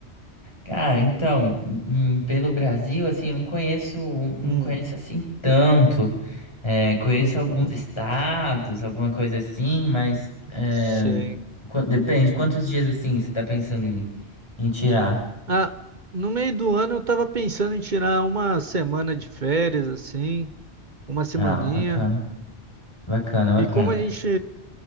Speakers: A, on the left; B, on the right.
A: Cara, então, hum, hum, pelo Brasil, assim, não conheço,
B: hum,
A: não conheço assim tanto. É, conheço
B: uhum,
A: alguns estados, alguma coisa assim, mas é,
B: sei.
A: qua- depende, quantos dias assim você tá pensando em, em tirar?
B: Ah, no meio do ano eu tava pensando em tirar uma semana de férias, assim, uma semaninha.
A: Ah, bacana, bacana, bacana.
B: E como a gente,